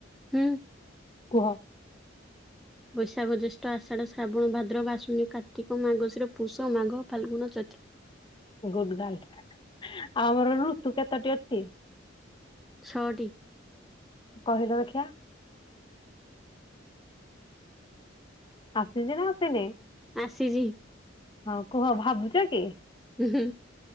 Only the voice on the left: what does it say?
କୁହ?
ଗୁଡ ଗାର୍ଲ ଆଉ ଆମର ଋତୁ କେତେଟି ଅଛି?
କହିଲ ଦେଖି। ଆସିଛି ନା ଆସିନି?
ହଁ କୁହ ଭାବୁଛ କି?